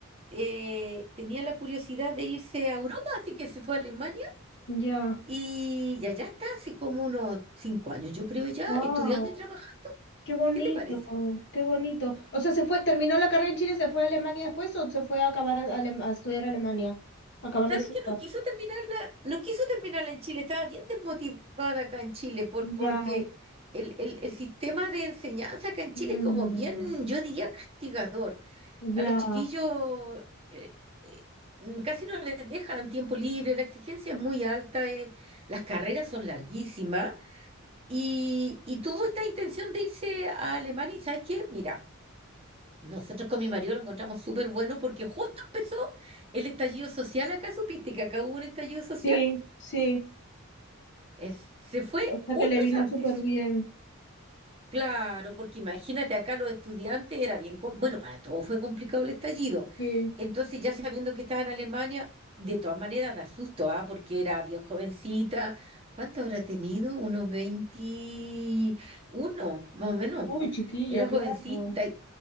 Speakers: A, on the right; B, on the left.
A: eh, tenía la curiosidad de irse a Europa, así que se fue a Alemania
B: ya,
A: Y ya, ya está hace como unos cinco años, yo creo ya,
B: wow,
A: estudiando y trabajando.
B: qué bonito,
A: ¿Qué te parece?
B: qué bonito. O sea, se fue, terminó la carrera en Chile, ¿se fue a Alemania después o se fue a acabar a, Alem- a estudiar a Alemania? A acabar
A: ¿Sabes
B: de estudiar.
A: que no quiso terminarla? No quiso terminarla en Chile, estaba bien desmotivada acá en Chile por, porque
B: Ya,
A: el, el, el sistema de enseñanza acá en Chile
B: mm,
A: es como bien, yo diría, castigador.
B: ya.
A: A los chiquillos eh, eh, mm, casi no les dejan tiempo libre, la exigencia es muy alta, eh, las carreras son larguísimas y, y tuvo esta intención de irse a Alemania y ¿sabes qué? Mira. Nosotros con mi marido lo encontramos súper bueno porque justo empezó el estallido social acá, supiste que acá hubo un estallido social,
B: Sí, sí,
A: Es- se fue
B: o sea
A: un
B: que le
A: mes
B: vino
A: antes.
B: súper bien.
A: Claro, porque imagínate acá los estudiantes era bien, com- bueno, para todos fue complicado el estallido.
B: Sí.
A: Entonces ya sabiendo que estaba en Alemania, de todas maneras da susto, ¿ah? Porque era bien jovencita. ¿Cuánto habrá tenido? Unos 21, más o menos.
B: Uy, chiquilla,
A: Era
B: claro.
A: jovencita. y